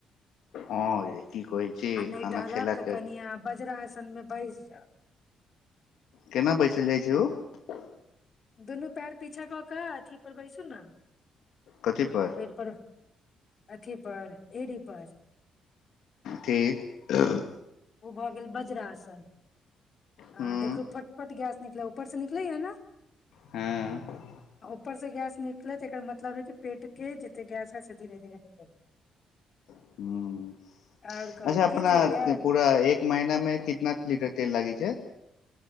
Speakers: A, on the left (about 80°); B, on the left (about 45°).
A: हँ य की कहै छी
B: आ नहि
A: खाना
B: टहलब
A: खेलाके
B: तऽ कनि आ बज्रसन मे बस आ
A: केना बैसल जाइ छै ओ
B: दुनू पैर पीछा कऽ कऽ अथी पर बैसू ने
A: कथीपर
B: बेड पर अथिी पर एरीपार
A: थे अ
B: ओ भऽ गेल बज्रासन
A: हूँ
B: आ देखू फटपट ग निकल ऊपर से निकल है न
A: हँ
B: ऊपर से गैस निकलत एकर मतलब है कि पेट के जते गैस है से धीरे धीरे निकल जातै
A: ह
B: आओर कहू
A: अच्छा अपना
B: की खेलियै
A: पूरा एक महिना मे कितना लीटर तेल लागी छै